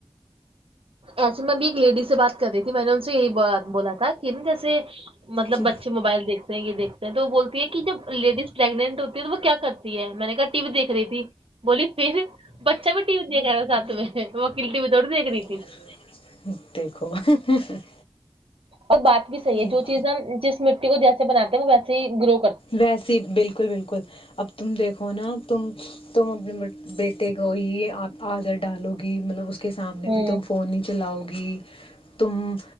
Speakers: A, on the right; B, on the left.
A: ایسے میں اب ایک لیڈی سے بات کر رہی تھی میں نے ان سے یہی بولا تھا کہ نا جیسے مطلب
B: جی
A: بچے موبائل دیکھ ہیں یہ دیکھتے تو وہ بولتی ہے کہ جب لیڈیز پریگنٹ ہوتی ہے تو وہ کیا کرتی ہے میں نے کہ ٹی وی دیکھ رہی تھی بولی پھر بچہ بھی ٹی وی دیکھ رہا تھا ساتھ میں وہ کلٹی بھی دورڑد د ایک ریتی
B: <inaudible>
A: اور بات بھی صحیح
B: دیکھو
A: ہے جو چیزیں ہم جس مٹی کو جیسے بنات ہیں وہ ویسے <inaudible>
B: ویسے ہی بالکل بالکل اب تم دیکھو نا تم تم اپنے بیٹے کو ہی آدر ڈالو گی مطلب اس کے سامنے
A: ہوں
B: بھی تم فون ہی چلاؤ گی <inaudible> تم